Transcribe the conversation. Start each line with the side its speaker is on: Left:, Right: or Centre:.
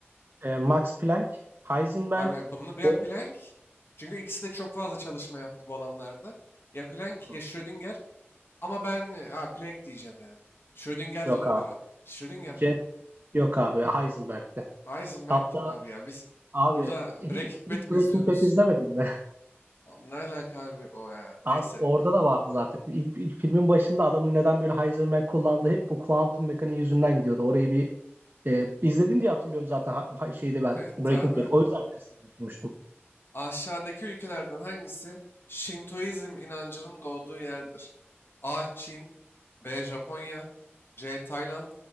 Right: E, Max Planck, Heisenberg,
Left: Abi bunu ya
Right: Bohr.
Left: Planck çünkü ikisi de çok fazla çalışma yaptı bu alanlarda. Ya Planck
Right: Hı,
Left: ya Schrödinger ama ben e, ha, Planck diyeceğim ya. Schrödinger
Right: Yok
Left: de olabilir.
Right: abi.
Left: ha. Schrödinger
Right: C.
Left: mi?
Right: Yok abi Heisenberg'ti.
Left: Heisenberg
Right: Hatta
Left: kim abi ya? Biz
Right: Abi
Left: burada
Right: hi-
Left: Breaking
Right: hiç
Left: Bad mi
Right: Breaking
Left: izliyoruz?
Right: Bad izlemedin mi?
Left: Al- Ne alaka abi o ya?
Right: <laughs> Abi
Left: Neyse.
Right: orada da vardı zaten. İlk, ilk filmin başında adamın neden böyle Heisenberg kullandığı hep bu kuantum mekaniği yüzünden gidiyordu. Orayı bir e, izledin diye hatırlıyorum zaten ha- ha- şeyde ben
Left: Evet
Right: Breaking
Left: abi.
Right: Bad. O yüzden bilirsin diye düşünmüştüm.
Left: Aşağıdaki ülkelerden hangisi Şintoizm inancının doğduğu yerdir? A. Çin B. Japonya C. Tayland